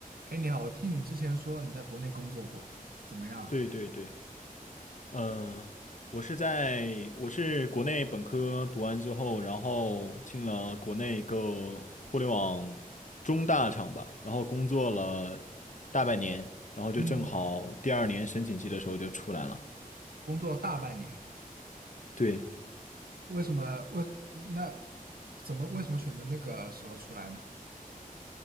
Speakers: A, on the right; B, on the left.
A: 哎，你好，我听你之前说你在国内工作过，怎么样啊？
B: 对对对，嗯、我是在我是国内本科读完之后，然后进了国内一个互联网中大厂吧，然后工作了大半年，然后就正好第二年申请季的时候就出来了。
A: 嗯，工作了大半年，
B: 对，
A: 为什么？为那怎么为什么选择那个时候出来呢？